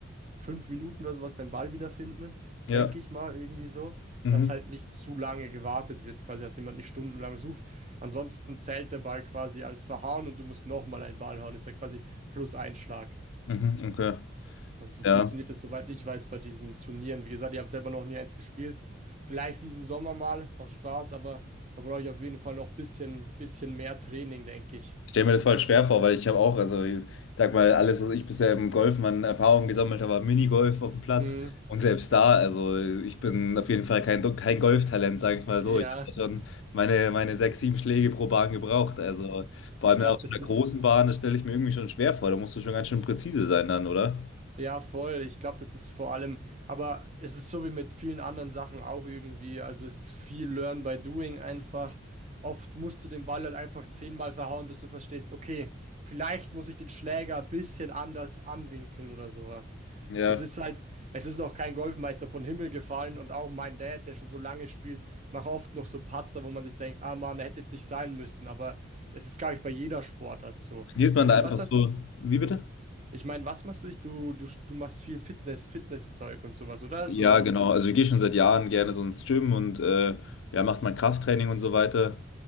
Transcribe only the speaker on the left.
Ja.
Mhm.
Mhm. Okay.
Ja.
Ich stelle mir das voll schwer vor, weil ich habe auch, also ich sag mal, alles, was ich bisher im Golfen an Erfahrung gesammelt habe, war Minigolf auf dem Platz.
Und selbst da, also ich bin auf jeden Fall kein, Do- kein Golftalent, sage ich mal
so. Ich habe ja schon meine, meine sechs, sieben Schläge pro Bahn gebraucht. Also vor
allem
dann auf so
einer großen
Bahn, das stelle ich mir irgendwie schon schwer vor. Da musst du schon ganz schön präzise sein dann, oder?
Ja.
Trainiert man
da einfach
so. Wie bitte?
Ja,
genau. Also ich gehe schon seit Jahren gerne so ins Gym und äh, ja, macht mein Krafttraining und so weiter.